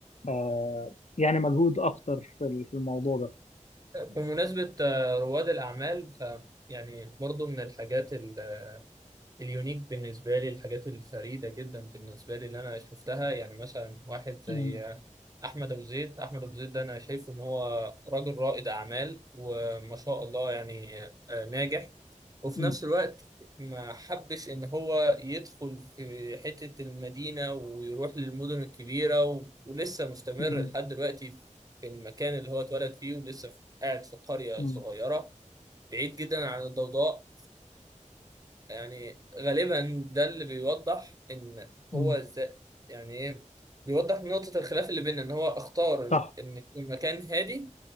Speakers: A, on the left (about 60°); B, on the right (about 30°).
A: آه، يعني مجهود اكتر في ال- في الموضوع ده
B: بمناسبة آه، رواد الأعمال ف يعني برضو من الحاجات ال- اليونيك بالنسبة لي الحاجات الفريدة جدا بالنسبة لي اللي أنا شفتها يعني مثلا واحد زي
A: مم.
B: آه، أحمد أبو زيد أحمد أبو زيد ده أنا شايفه إن هو راجل رائد أعمال وما شاء الله يعني آه، ناجح وفي
A: مم.
B: نفس الوقت ما حبش ان هو يدخل في حتة المدينة ويروح للمدن الكبيرة و... ولسه مستمر
A: مم.
B: لحد دلوقتي في المكان اللي هو اتولد فيه ولسه في- قاعد في قرية
A: مم.
B: صغيرة بعيد جدا عن الضوضاء فيعني غالبا ده اللي بيوضح ان
A: مم.
B: هو ازاي يعني ايه بيوضح نقطة الخلاف اللي بيننا ان هو اختار
A: صح
B: ان يكون مكان هادي